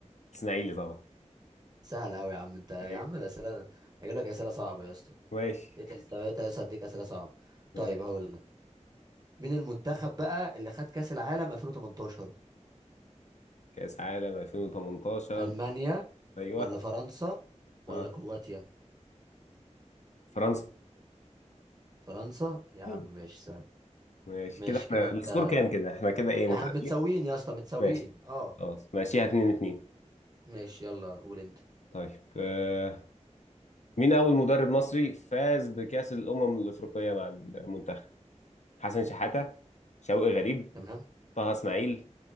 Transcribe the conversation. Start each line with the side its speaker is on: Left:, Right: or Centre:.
Left: اسماعيلي طبعا
Right: سهل قوي يا عم انت يا
Left: ايوه
Right: عم الاسئله اجيب لك اسئله صعبه يا اسطى
Left: ماشي
Right: ايه تل- طب ايه تلاته هديك اسئله صعبه طيب
Left: ماشي
Right: هقول لك مين المنتخب بقى اللي خد كاس العالم 2018
Left: كأس عالم 2018
Right: المانيا
Left: ايوه
Right: ولا فرنسا ولا
Left: اه
Right: كرواتيا
Left: فرنسا
Right: فرنسا يا عم
Left: ايوه
Right: ماشي سهل
Left: ماشي
Right: ماشي
Left: كده احنا
Right: كده انت
Left: السكور كام كده احنا كده ايه متعادلين
Right: احنا متساويين يا اسطى متساويين
Left: ماشي
Right: اه
Left: خلاص ماشيها 2 2
Right: ماشي يلا قول انت
Left: طيب آه، مين أول مدرب مصري فاز بكأس الأمم الأفريقية مع المنتخب؟ حسن شحاتة، شوقي غريب،
Right: تمام
Left: طه إسماعيل،